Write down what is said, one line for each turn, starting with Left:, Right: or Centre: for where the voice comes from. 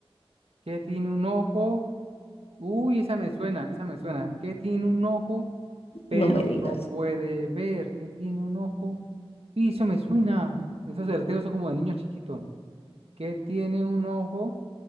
Right: ¿Qué tiene un ojo? Uy, esa me suena, esa me suena. ¿Qué tiene un ojo? pero
Left: No me digas.
Right: no puede ver, que tiene un ojo. Y eso me suena, esos certeos son como de niño chiquito, que tiene un ojo.